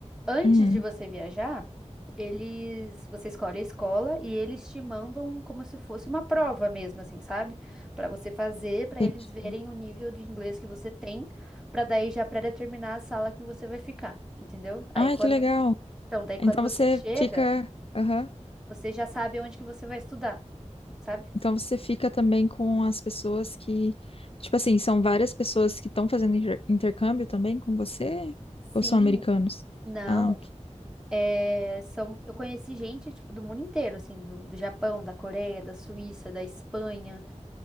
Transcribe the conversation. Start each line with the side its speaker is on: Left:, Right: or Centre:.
Centre: Antes
Left: Uhum,
Centre: de você viajar, eles, você escolhe a escola e eles te mandam como se fosse uma prova mesmo, assim, sabe? Para você fazer, para
Left: entendi.
Centre: eles verem o nível de inglês que você tem, para daí já pré-determinar a sala que você vai ficar, entendeu? Aí
Left: Ai,
Centre: quando,
Left: que legal.
Centre: então, daí quando
Left: Então
Centre: você
Left: você
Centre: chega,
Left: fica, aham.
Centre: você já sabe onde que você vai estudar sabe?
Left: Então você fica também com as pessoas que, tipo assim, são várias pessoas que estão fazendo inter- intercâmbio também com você?
Centre: Sim.
Left: Ou são americanos?
Centre: Não,
Left: Ah, ok.
Centre: é, são, eu conheci gente, tipo, do mundo inteiro, assim, do, do Japão, da Coreia, da Suíça, da Espanha.